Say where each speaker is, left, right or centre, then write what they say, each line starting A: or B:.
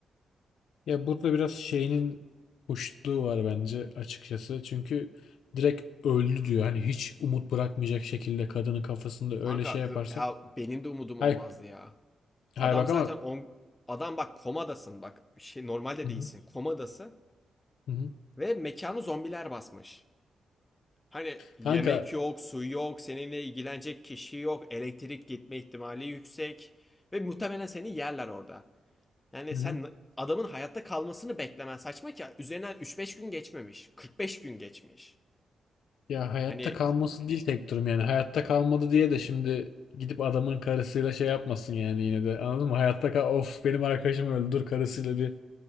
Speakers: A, on the left (about 80°); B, on the left (about 20°).
A: Ya burada biraz şeyinin hoşluğu var bence açıkçası. Çünkü direkt öldü diyor. Hani hiç umut bırakmayacak şekilde kadının kafasında
B: Kanka
A: öyle şey yaparsa.
B: ö- ya benim de umudum
A: Hay,
B: olmazdı ya.
A: hay
B: Adam
A: bak
B: zaten
A: ama
B: on, adam bak komadasın bak şey normalde
A: Hı
B: değilsin
A: hı,
B: komadasın
A: hı hı.
B: ve mekanı zombiler basmış. Hani yemek
A: Kanka
B: yok, su yok, seninle ilgilenecek kişi yok, elektrik gitme ihtimali yüksek ve muhtemelen seni yerler orada. Yani
A: hı
B: sen
A: hı.
B: adamın hayatta kalmasını beklemen saçma ki üzerinden üç beş gün geçmemiş, 45 gün geçmiş.
A: Ya hayatta
B: Hani
A: kalması değil tek durum yani. Hayatta kalmadı diye de şimdi gidip adamın karısıyla şey yapmasın yani yine de. Anladın mı? Hayatta kal of benim arkadaşım öldü dur karısıyla bir